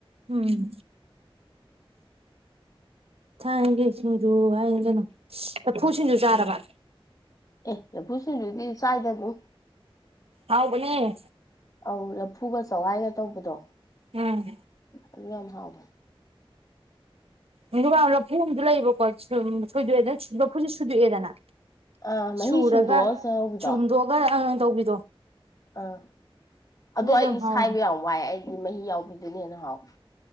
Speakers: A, on the right (about 85°); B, on the left (about 35°).
A: ꯎꯝ ꯊꯥꯡꯒꯥ ꯁꯤꯡꯖꯨ ꯍꯥꯏꯔꯤꯅꯤ ꯀꯩꯅꯣ ꯂꯐꯨ ꯁꯤꯡꯖꯨ ꯆꯥꯔꯕ
B: ꯎꯝ ꯑꯦ ꯂꯐꯨ ꯁꯤꯡꯖꯨꯗꯤ ꯆꯥꯗꯔꯤ
A: ꯍꯥꯎꯕꯅꯦ
B: ꯎꯨꯝ ꯂꯐꯨꯒ ꯆꯥꯋꯥꯏꯒ ꯇꯧꯕꯗꯣ
A: ꯎꯨꯝ
B: ꯑꯗꯨꯝ ꯌꯥꯝ ꯍꯥꯎꯕꯅꯤ
A: ꯏꯟꯗꯦꯔꯥ ꯂꯐꯨ ꯑꯝꯗꯤ ꯂꯩꯌꯦꯕꯀꯣ ꯁꯣꯏꯗꯣꯛꯑꯦꯗꯅ ꯂꯐꯨꯁꯤ ꯁꯨꯗꯣꯛꯑꯦꯗꯅ
B: ꯑꯥ
A: ꯁꯨꯔꯒ
B: ꯃꯍꯤ ꯁꯨꯝꯗꯣꯛꯑ ꯆꯥꯕꯤꯗꯣ
A: ꯆꯨꯝꯗꯣꯛꯑꯒ ꯑꯪ ꯑꯪ ꯇꯧꯕꯤꯗꯣ
B: ꯑꯥ ꯑꯗꯣ
A: ꯑꯗꯨꯁꯨ
B: ꯑꯩꯗꯤ
A: ꯌꯥꯝ ꯍꯥꯎꯋꯦ
B: ꯁꯥꯏꯕ ꯌꯥꯝ ꯋꯥꯏ ꯑꯩ ꯗꯤ ꯃꯍꯤ ꯌꯥꯎꯕꯤꯗꯨꯅ ꯍꯦꯟꯅ ꯍꯥꯎ